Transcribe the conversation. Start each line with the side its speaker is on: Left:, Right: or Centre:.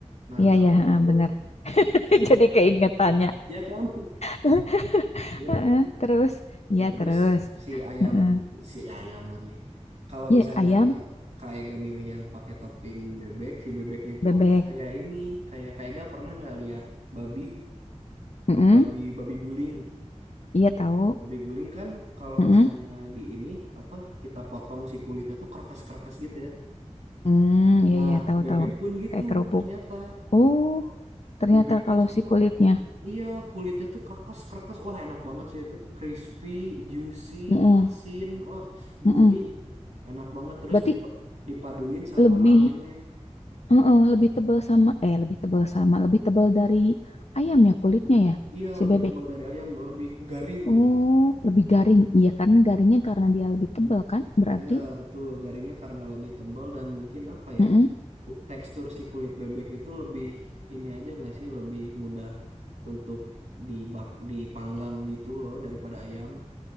Right: Nah,
Left: Iya,
Right: kalau
Left: iya, heeh,
Right: itu
Left: benar. <laughs>
Right: <laughs>
Left: Jadi keingetannya.
Right: ya kan?
Left: <laughs>
Right: ya
Left: Heeh,
Right: kan?
Left: Terus, iya
Right: Ya terus
Left: terus.
Right: si ayam
Left: Heeh.
Right: si ayam lagi. Kalau
Left: Iya
Right: misalnya
Left: ayam,
Right: kayak gak milih yang pakai topping bebek, si bebeknya itu
Left: bebek.
Right: kayak ini, kayak kayak gak pernah nggak lihat babi
Left: Mm-mm.
Right: babi babi guling.
Left: Iya tahu.
Right: Babi guling kan kalau
Left: Mm-mm.
Right: misalnya di ini apa kita potong si kulitnya tuh kerkes-kerkes gitu ya.
Left: Hmm, iya
Right: Nah,
Left: iya tahu
Right: bebek
Left: tahu.
Right: pun gitu
Left: Kayak kerupuk.
Right: ternyata.
Left: Oh, ternyata
Right: Bebek pun
Left: kalau
Right: sama.
Left: si kulitnya.
Right: Iya, kulitnya tuh krekes-krekes. Wah, enak banget sih itu. Crispy, juicy,
Left: Mm-mm.
Right: asin, wah, gurih.
Left: Mm-mm.
Right: Enak banget terus
Left: Berarti
Right: dip- dipaduin sama
Left: lebih,
Right: ramennya.
Left: heeh, lebih tebal sama, eh lebih tebal sama, lebih tebal dari ayamnya kulitnya ya,
Right: Iya,
Left: si
Right: lebih
Left: bebek.
Right: tebal dari ayam, lebih garing
Left: Oh,
Right: gitu.
Left: lebih garing. Iya kan, garingnya karena dia lebih tebal kan, berarti.
Right: Iya, betul. Garingnya karena lebih tebal dan mungkin apa ya?
Left: Mm-mm.
Right: ku- Tekstur si kulit bebek itu lebih ini aja nggak sih? Lebih mudah untuk dibak dipanggang gitu loh daripada ayam.